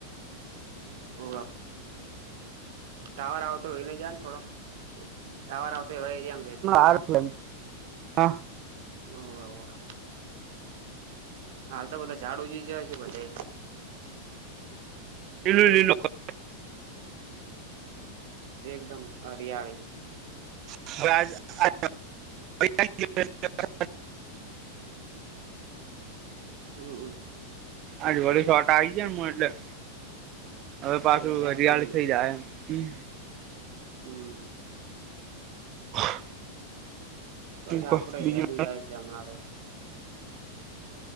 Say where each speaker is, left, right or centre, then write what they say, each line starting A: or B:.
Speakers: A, on the right; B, on the right.
A: ઓ ટાવર આવતો હોય નને જ થોડો ટાવર આવતો હોય એવા એરિયામાં રેજે.
B: <inaudible> હા
A: <inaudible> હાલ તો બધા ઝાડું જ જ છે. બધે
B: <inaudible>
A: એકદમ હરિયાળી
B: <inaudible>
A: હમ્મ, હમ્મ
B: આજધી શોર્ટ આવી જાય ને હું એટલે અવે
A: એટલે
B: પાછું
A: હેહ
B: હરિયાળ
A: પૂરી લે
B: થઈ જાય હે.
A: હમ.
B: <unintelligible>
A: બસ
B: શું
A: આપડે
B: કો બીજું
A: હેડું જાય છે અમણાં તો.